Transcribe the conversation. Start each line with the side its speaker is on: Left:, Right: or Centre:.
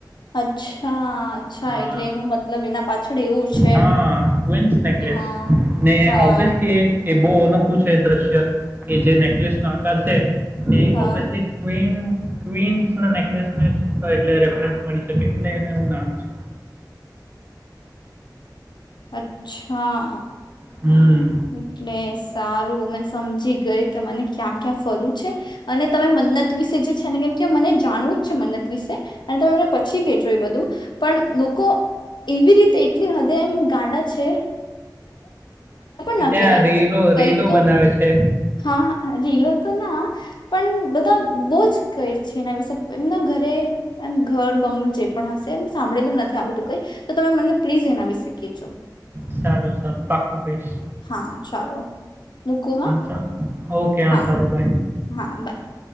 Left: અચ્છા અચ્છા
Right: હા
Left: એટલે એનું મતલબ એના પાછળ એવું છે
Right: હા, ક્વીન્સ નેકલેસ
Left: હા
Right: ને
Left: હા
Right: ઓબ્વિયસલી એ બહુ અનોખું છે દ્રશ્ય એ જે નેકલેસ નો આકાર છે તે
Left: હા
Right: ઓબ્વિયસલી ક્િન ક્વિન્સ ના નેકલેસ ને જ એટલે રેફરન્સ મળી શકે એટલે એને એું નામ છે
Left: અચ્છા
Right: હમ
Left: એટલે સારું મે સમજી ગઈ કે મને ક્યાં ક્યાં ફરવ છે અને તમે મન જ વિશે છે ને કેમ કે મને જાણવું જ છે મને વિ તમેમને પછી કેજો એ બધું પણ લોકો એવી રીતે એટલી હદે એમ ગાંડા છે
Right: કે
Left: ના
Right: ત્યાં
Left: કવાય
Right: રીલો
Left: કઈ
Right: રીલો
Left: તો
Right: બનાવે છે
Left: હા ીલો તો ના પણ બધા બહુ જ કઈ છે એના વિશે એમના ઘરે એમ ઘર બંગલું જે પણ હશે એમ સાંભળેલું નથી આ બધું કઈ તો તમે મને પ્લીઝ એના વિશે કહેજો
Right: સારું સારું પાકું કઈશ
Left: હા ચાલો મૂકું હા
Right: ચાલ ઓકે
Left: હા
Right: સારું બાય
Left: હા બાય